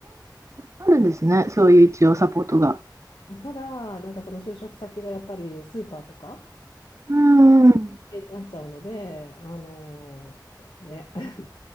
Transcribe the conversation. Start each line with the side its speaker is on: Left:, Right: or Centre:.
Right: あるんですね、そういう一応サポートが。
Left: ただ、なんかその就職先がやっぱりスーパーとか
Right: うん。
Left: になっちゃうので、あのね。<laughs>